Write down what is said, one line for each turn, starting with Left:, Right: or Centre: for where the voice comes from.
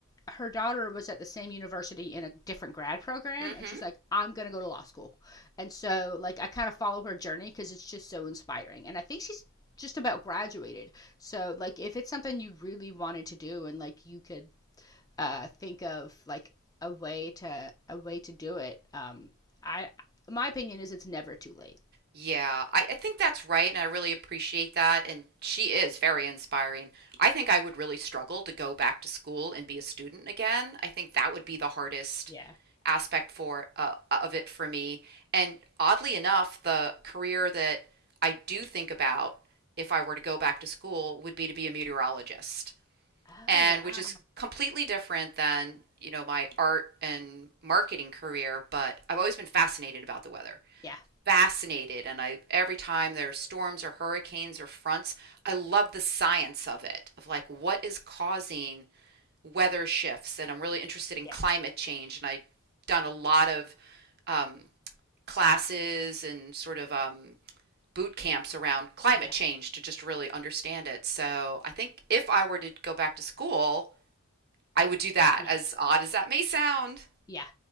Left: her daughter was at the same university in a different grad program
Right: <laughs> mm-hmm.
Left: and she's like i'm going to go to law school and so like i kind of follow her journey because it's just so inspiring and i think she's just about graduated so like if it's something you really wanted to do and like you could uh, think of like a way to a way to do it. Um, I my opinion is it's never too late.
Right: Yeah, I, I think that's right, and I really appreciate that. And she is very inspiring. I think I would really struggle to go back to school and be a student again. I think that would be the hardest
Left: Yeah.
Right: aspect for uh, uh, of it for me. And oddly enough, the career that I do think about if I were to go back to school would be to be a meteorologist
Left: Oh
Right: and
Left: wow.
Right: which is completely different than you know my art and marketing career but i've always been fascinated about the weather
Left: Yeah.
Right: fascinated and i every time there's storms or hurricanes or fronts i love the science of it of like what is causing weather shifts and i'm really interested in
Left: Yeah.
Right: climate change and i've done a lot of um, classes and sort of um, boot camps around climate
Left: Yeah.
Right: change to just really understand it so i think if i were to go back to school I would do that,
Left: Yeah.
Right: as odd as that may sound.
Left: Yeah.